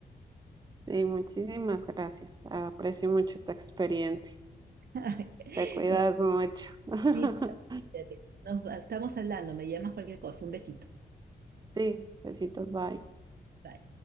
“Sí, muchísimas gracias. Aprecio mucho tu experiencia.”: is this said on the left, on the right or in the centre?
Right